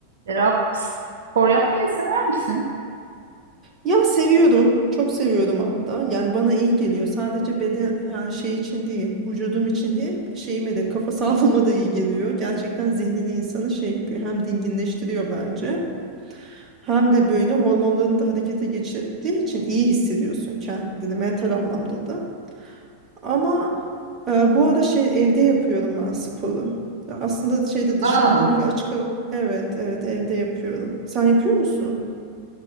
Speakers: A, on the right (about 65°); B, on the right (about 25°).
A: Serap spor yapmayı sever misin?
B: Ya seviyorum. Çok seviyorum hatta. Yani bana iyi geliyor. Sadece beden yani şey için değil, vücudum için değil, şeyime de kafa <laughs> sağlığıma da iyi geliyor. Gerçekten zihnini insanı şey yapıyor. Hem dinginleştiriyor bence. Hem de böyle hormonların da harekete geçirdiği için iyi hissediyorsun kendini mental anlamda da. Ama e, bu ara şey evde yapıyorum ben sporu. Ya Aslında şeyde dışarıda
A: Aa,
B: böyle açık hava. Evet, evet evde yapıyorum. Sen yapıyor musun?